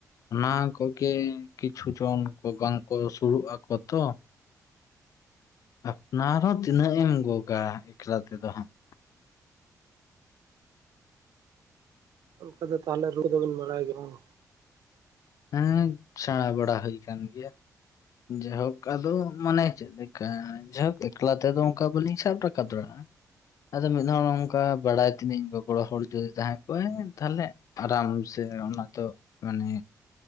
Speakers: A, on the left; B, on the right.
A: ᱚᱱᱟ ᱠᱚᱜᱮ ᱠᱤᱪᱷᱩ ᱡᱚᱱ ᱵᱟᱝ ᱠᱚ ᱥᱩᱨᱩᱜ ᱟᱠᱚ ᱛᱚ ᱟᱯᱱᱟᱨ ᱦᱚᱸ ᱛᱤᱱᱟᱹᱜ ᱮᱢ ᱜᱚᱜ-ᱟ ᱮᱠᱞᱟ ᱛᱮᱫᱚ ᱦᱟᱸᱜ
B: ᱚᱱᱠᱟ ᱫᱚ ᱛᱟᱦᱚᱞᱮ ᱨᱩ ᱫᱚᱵᱮᱱ ᱵᱟᱲᱟᱭ ᱜᱮ ᱵᱟᱝ
A: ᱦᱮᱸ ᱥᱮᱬᱟ ᱵᱟᱲᱟ ᱦᱩᱭ ᱠᱟᱱ ᱜᱮᱭᱟ ᱡᱟᱭᱦᱳᱠ ᱟᱫᱚ ᱢᱟᱱᱮ ᱪᱮᱫ ᱞᱮᱠᱟ ᱡᱟᱭᱦᱳᱠ ᱮᱠᱞᱟ ᱛᱮᱫᱚ ᱚᱱᱠᱟ ᱵᱟᱹᱞᱤᱧ ᱥᱟᱵ ᱨᱟᱠᱟᱵ ᱫᱟᱲᱮᱭᱟᱜ-ᱟ ᱟᱫᱚ ᱢᱤᱫ ᱦᱚᱲ ᱚᱱᱠᱟ ᱵᱟᱲᱟᱭ ᱛᱤᱱᱟᱹᱡ ᱜᱚᱲᱚ ᱦᱚᱲ ᱡᱩᱫᱤ ᱛᱟᱦᱮᱸ ᱠᱚᱜ-ᱟᱭ ᱛᱟᱦᱚᱞᱮ ᱟᱨᱟᱢ ᱥᱮ ᱚᱱᱟ ᱫᱚ ᱢᱟᱱᱮ